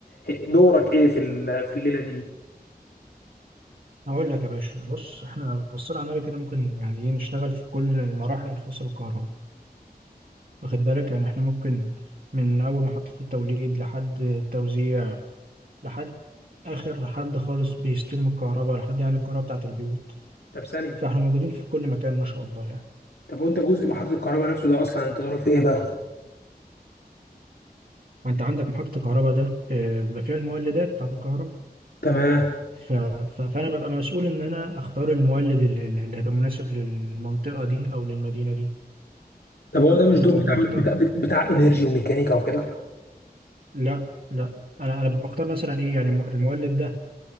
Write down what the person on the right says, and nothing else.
هقول لك يا باشا بص احنا بالصلاه على النبي كده ممكن يعني ايه نشتغل في كل المراحل الخاصه بالكهرباء واخد بالك يعني احنا ممكن من اول محطه التوليد لحد التوزيع لحد اخر حد خالص بيستلم الكهرباء لحد يعني الكهرباء بتاعه البيوت
فاحنا موجودين في كل مكان ما شاء الله يعني
انت عندك محطه الكهرباء ده آه، بيبقى فيها المولدات بتاعه الكهرباء
ف... ف... فانا ببقى مسؤول ان انا اختار المولد اللي, اللي هيبقى مناسب للمنطقه دي او للمدينه دي
وبختار
لا لا انا انا بختار مثلا ايه يعني الم- المولد ده